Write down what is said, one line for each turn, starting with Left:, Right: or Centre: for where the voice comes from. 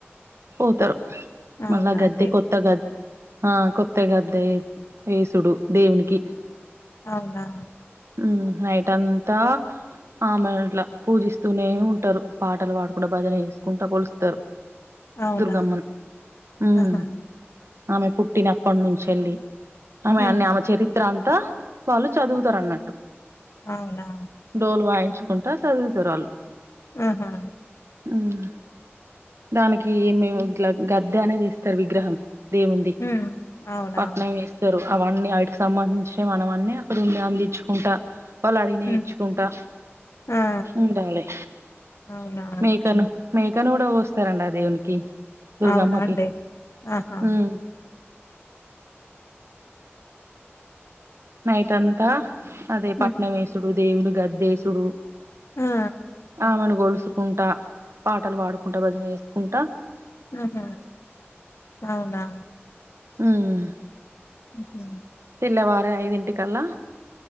Right: పోతారు
Left: అవునా
Right: మళ్ళా గద్దె
Left: అండి
Right: కొ కొత్త గద్ ఆ కొత్త గద్దె ఏసుడు దేవునికి
Left: అవునా
Right: మ్ నైట్ అంతా ఆమెను ఇట్లా పూజిస్తూనే ఉంటరు పాటలు పాడుకుంట భజన వేసుకుంటా కొలుస్తారు
Left: అవునా
Right: దుర్గమ్మను మ్
Left: ఆహా
Right: ఆమె పుట్టినప్పటినుంచెల్లి ఆమె
Left: ఉహు
Right: అన్ని ఆమె చే త్రంతా వాళ్ళు చదువుతారన్నట్
Left: అవునా
Right: డోల్ వాయించుకుంటా చదువుతరళ్ళు
Left: ఆహా
Right: మ్ దానికి మీము ఇట్ల గద్దె అనేది ఇస్తారు విగ్రహం దేవున్ది
Left: ఉమ్ అవునా
Right: పట్నం ఎస్ స్తారు అవన్నీ అవిటికి సంబంధించినవి మన అన్నీ అక్కడ ఉండి అందించుకుంటా వాళ్ళు అడిగినయి
Left: ఉమ్
Right: ఇచ్చుకుంటా
Left: ఆ
Right: ఉండాలే
Left: అవునా
Right: మేకను మేకను కూడా కోస్తారండి ఆ దేవునికి దుర్గమ్మకి
Left: అవునా అండి ఆహా
Right: మ్ నైట్ అంతా అదే పట్నం
Left: ఉహు
Right: ఎసుడు దేవుని గద్దేసుడు
Left: ఆ
Right: ఆమెను కోలుసుకుంటా పాటలు పాడుకుంటా భజన చేసుకుంటా
Left: ఆహ అవునా
Right: ఉహ్
Left: ఉహు
Right: తెల్లవారే ఐదింటికల్లా